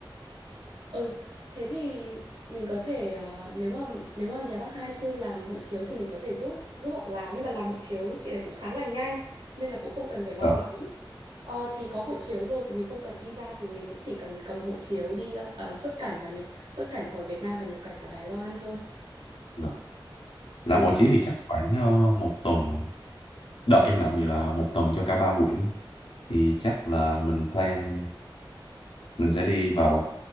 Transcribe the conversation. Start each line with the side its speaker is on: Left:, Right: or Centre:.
Right: Ừ, thế thì mình có thể ờ, nếu mà nếu mà nhà bác hai chưa làm hộ chiếu thì mình có thể giúp giúp họ làm nhưng mà làm hộ chiếu chị này cũng khá là nhanh nên là cũng không cần phải lo
Left: <laughs>
Right: lắng. Ờ, thì có hộ chiếu rồi thì mình không cần visa thì mình cũng chỉ cần cầm hộ chiếu đi ờ, ờ, xuất cảnh và nhập xuất cảnh khỏi Việt Nam và nhập cảnh vào Đài Loan thôi.
Left: ờ. làm
Right: Ừ.
Left: hộ chiếu thì chắc khoảng ờ, một tuần đợt em làm thì là một tuần cho cả ba quyển thì chắc là mình plan mình sẽ đi vào